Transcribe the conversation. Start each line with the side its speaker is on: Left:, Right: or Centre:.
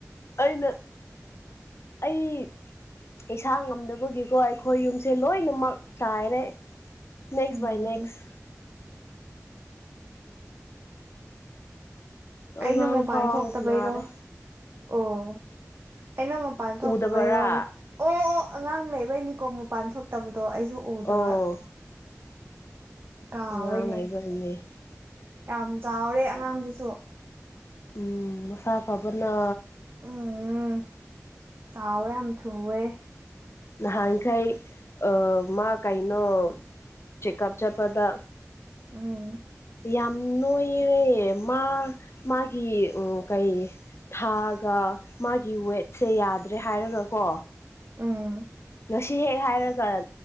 Left: ꯑꯩꯅ ꯑꯩ ꯏꯁꯥ ꯉꯝꯗꯕꯒꯤꯀꯣ ꯑꯩꯈꯣꯏ ꯌꯨꯝꯁꯦ ꯂꯣꯏꯅꯃꯛ ꯆꯥꯏꯔꯦ ꯅꯦꯛꯁ
Right: ꯎꯝ
Left: ꯚꯥꯏ ꯅꯦꯛꯁ ꯑꯉꯥꯡ
Right: ꯑꯩꯅ ꯃꯄꯥꯟ
Left: ꯐꯥꯎ
Right: ꯊꯣꯛꯇꯕꯩꯔꯣ
Left: ꯅꯥꯔꯦ
Right: ꯑꯣ ꯑꯩꯅ ꯃꯄꯥꯟ ꯊꯣꯛꯇꯕꯩꯔꯣꯝ
Left: ꯎꯗꯕꯔꯥ
Right: ꯑꯣ ꯑꯣ ꯑꯉꯥꯡ ꯂꯩꯕꯩꯅꯤꯀꯣ ꯃꯄꯥꯟ ꯊꯣꯛꯇꯕꯗꯣ ꯑꯩꯁꯨ ꯎꯗꯕ
Left: ꯑꯣ
Right: ꯀꯥꯎꯋꯦꯅꯦ
Left: ꯑꯉꯥꯡ ꯂꯩꯕꯅꯦ
Right: ꯌꯥꯝ ꯆꯥꯎꯔꯦ ꯑꯉꯥꯡꯗꯨꯁꯨ
Left: ꯎꯝ ꯃꯁꯥ ꯐꯕꯅ
Right: ꯎꯝ ꯆꯥꯎꯋꯦ ꯌꯥꯝ ꯊꯨꯑꯦ
Left: ꯅꯍꯥꯡꯈꯩ ꯃꯥ ꯀꯥꯏꯅꯣ ꯆꯦꯛ ꯑꯞ ꯆꯠꯄꯗ
Right: ꯎꯝ
Left: ꯌꯥꯝ ꯅꯣꯏꯔꯦ ꯃꯥ ꯃꯥꯒꯤ ꯀꯩ ꯊꯥꯒ ꯃꯥꯒꯤ ꯋꯦꯠꯁꯦ ꯌꯥꯗ꯭ꯔꯦ ꯍꯥꯏꯔꯒ ꯀꯣ
Right: ꯎꯝ
Left: ꯉꯁꯤ ꯍꯦꯛ ꯍꯥꯏꯔ ꯀꯔ